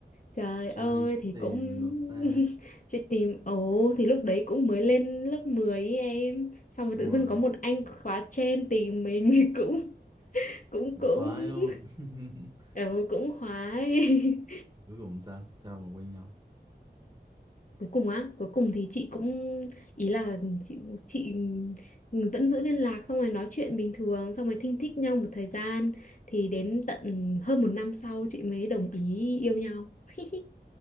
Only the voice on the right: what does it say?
trai
tìm
được ta
xong
rồi
cũng
khoái đúng không <laughs>
cuối cùng sao sao mà quen nhau